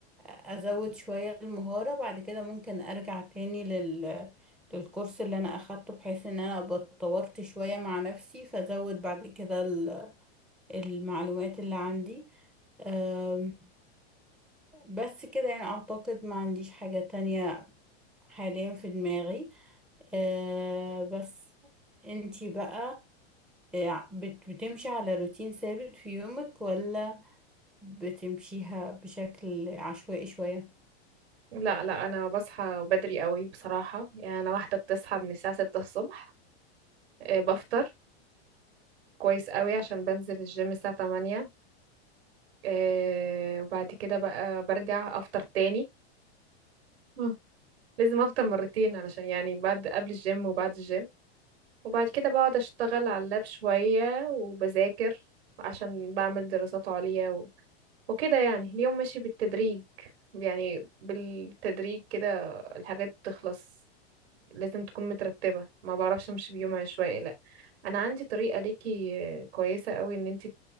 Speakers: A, in the centre; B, on the right.
A: ازود شوية المهارة بعد كده ممكن ارجع تاني لل للكورس اللي انا اخدته بحيث ان انا ابقى اتطورت شوية مع نفسي فازود بعد كده ال- المعلومات اللي عندي أه بس كده يعني اعتقد ما عنديش حاجة تانية حاليا في دماغي أه بس انتي بقى آه، بت- بتمشي على روتين ثابت في يومك ولا بتمشيها بشكل عشوائي شوية؟
B: لا لا انا بصحى بدري قوي بصراحة يعني انا واحدة بتصحى من الساعة 6 الصبح آه، بفطر كويس قوي عشان بنزل الجيم الساعة 8 آه، وبعد كده بقى برجع افطر تاني مم. لازم افطر مرتين علشان يعني بعد قبل الجيم وبعد الجيم وبعد كده بقعد اشتغل على اللاب شوية وبذاكر عشان بعمل دراسات عليا وكده يعني اليوم ماشي بالتدريج يعني بالتدريج كده الحاجات بتخلص لازم تكون مترتبة ما بعرفش امشي بيوم عشوائي لا انا عندي طريقة ليكي آه، كويسة قوي ان انت